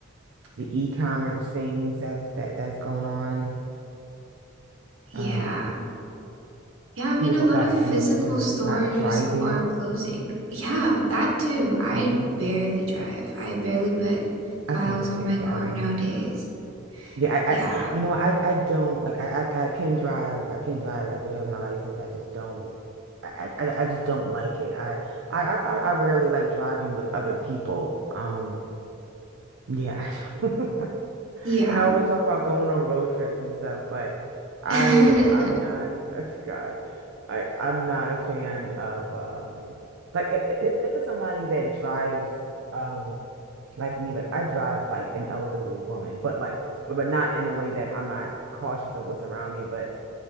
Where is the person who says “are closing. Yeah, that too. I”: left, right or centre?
Right